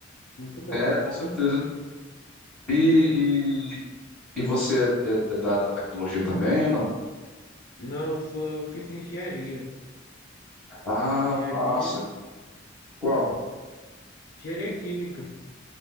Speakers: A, on the left; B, in the centre.
A: Muito bom.
B: né? É, com certeza. E, e, e você é, é é da área da tecnologia também ou não?
A: Não, eu sou, eu fiz engenharia,
B: Ah,
A: fiz engenharia,
B: massa. Qual?
A: é, engenharia química.